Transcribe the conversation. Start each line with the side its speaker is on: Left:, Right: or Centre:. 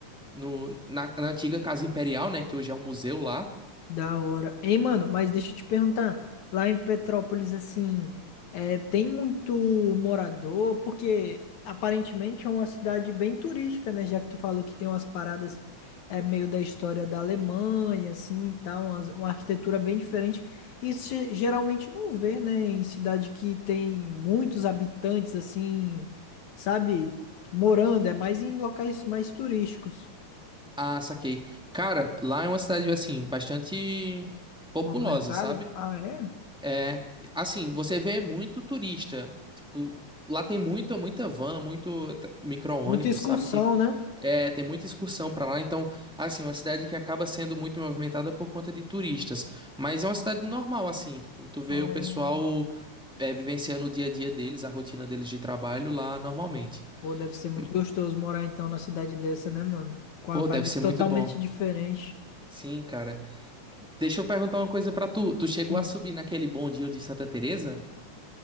Centre: no, na, na antiga Casa Imperial, né? Que hoje é um museu lá.
Left: Da hora. Ei, mano, mas deixa eu te perguntar, lá em Petrópolis, assim, é, tem muito morador, porque aparentemente é uma cidade bem turística, né? Já que tu falou que tem umas paradas é, meio da história da Alemanha, assim, e tal, umas- uma, arquitetura bem diferente. Isso ge- geralmente não vê, né? Em cidade que tem muitos habitantes, assim, sabe, morando, é mais em locais mais turísticos.
Centre: Ah, saquei. Cara, lá é uma cidade, assim, bastante populosa,
Left: Movimentada?
Centre: sabe?
Left: Ah, é?
Centre: É, assim, você vê muito turista. Tipo, lá tem muita, muita van, muito t- micro-ônibus,
Left: Muita excursão,
Centre: sabe que
Left: né?
Centre: é, tem muita excursão pra lá, então, assim, uma cidade que acaba sendo muito movimentada por conta de turistas, mas é uma cidade normal assim, tipo, tu vê
Left: Oh,
Centre: o pessoal é, vivenciando o dia a dia deles, a rotina deles de trabalho lá normalmente.
Left: pô, deve ser muito
Centre: Hum,
Left: gostoso morar então na cidade dessa, né, mano? Com
Centre: Pô,
Left: a vibe
Centre: deve ser
Left: totalmente
Centre: muito bom.
Left: diferente.
Centre: Sim, cara. Deixa eu perguntar uma coisa pra tu. Tu chegou
Left: Sim,
Centre: a subir naquele bondinho de Santa Teresa?